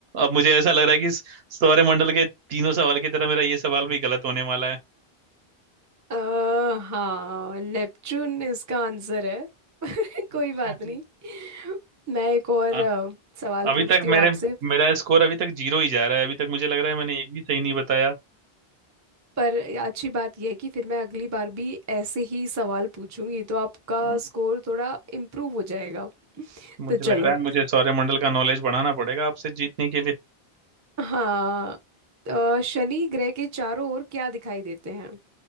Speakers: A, on the right; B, on the right.
A: अब मुझे ऐसा लग रहा है कि इस सौरमंडल के तीनों सवाल की तरह मेरा ये सवाल भी गलत होने वाला है
B: अ, हाँ नेपच्यून इसका आंसर है <laughs>
A: अच्छा
B: कोई बात
A: जी
B: नहीं मैं एक और
A: हाँ
B: अ, सवाल
A: अभी
B: पूछती
A: तक
B: हूँ
A: मैंने
B: आपसे
A: मेरा स्कोर अभी तक जीरो ही जा रहा है अभी तक मुझे लग रहा है मैंने एक भी सही नहीं बताया
B: पर अच्छी बात यह है कि फिर मैं अगली बार भी ऐसे ही सवाल पूछूंगी तो आपका
A: हम्म,
B: स्कोर थोड़ा इम्प्रूव हो जाएगा
A: मुझे
B: तो चलो
A: लग रहा है मुझे सौरमंडल का नॉलेज बढ़ाना पड़ेगा आपसे जीतने के लिए
B: हाँ अ, शनि ग्रह के चारों ओर क्या दिखाई देते हैं